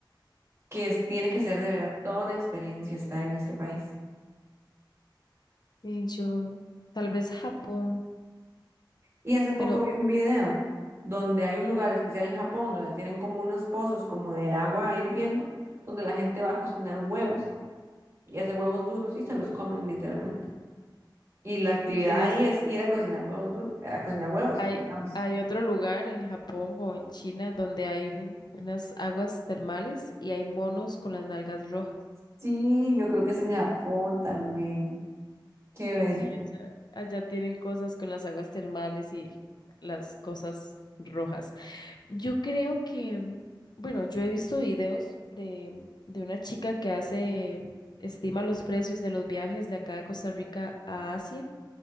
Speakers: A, on the right; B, on the left.
A: que es- tiene que ser de verdad toda una experiencia estar en este país.
B: Y yo, tal vez Japón,
A: Y hace poco
B: pero
A: vi un video donde hay un lugar especial en Japón donde tienen como unos pozos como de agua hirviendo, donde la gente va a cocinar huevos y hace huevos duros y se los comen literalmente. Y la actividad
B: ¿y quieres?
A: ahí es ir a cocinar huevos duros, a cocinar huevos,
B: Hay,
A: digamos.
B: hay otro lugar en Japón o en China donde hay un- unas aguas termales y hay monos con las nalgas rojas.
A: Sí, yo creo que es en Japón también. Qué bello.
B: Sí, allá, allá tienen cosas con las aguas termales y las cosas rojas. Yo creo que, mm, bueno, yo he visto videos de, de una chica que hace, estima los precios de los viajes de acá de Costa Rica a Asia